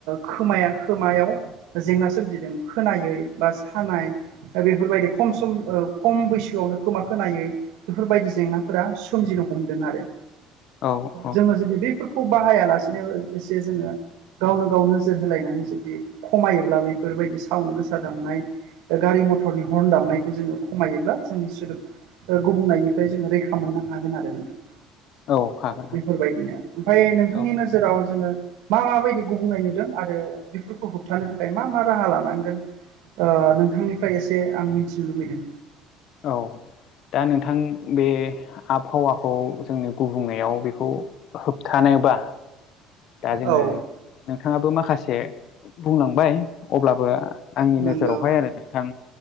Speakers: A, on the right; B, on the left.
A: खोमाया खोमायाव जेंना सोमजिदों खोनायै बा सानाय बेफोरबायदि खम सम खम बैसोआवनो खोमा खोनायै बेफोरबायदि जेंनाफोरा सोमजिनो हमदों आरो
B: औ औ
A: जोङो जुदि बेैफोरखौ बाहाया लासेनो एसे जोङो गावनो गाव नोजोर होलायनानै जुदि खमायोब्ला बेफोरबायदि साउन्ड गोसा दामनाय। गारि मटरनि हरन दामनायखौ जोङो खमायोब्ला जोंनि सोदोब ओ गुबुंनायनिफ्राय जोङो रैखा मोननो हागोन आरो नोंथां।
B: औ हागोन।
A: बेफोरबायदिनो
B: हागोन
A: ओमफाय नोंथांनि
B: औ
A: नोजोराव जोङो मा मा बायदि गुबनाय नुदों आरो बेफोरखौ होबथानो थाखाय मा मा राहा लानांगोन ओ नोंथांनिफ्राय एसे आं मिथिनो लुबैदों।
B: औ। दा नोंथां बे आबहावाखौ जोंनो गुबुंनायाव बेखौ होबथानोबा दा
A: औ
B: जोङो नोंथाङाबो माखासे बुंलांबाय, अब्लाबो आंनि
A: नंगौ
B: नोजोरावहाय आरो नोंथां,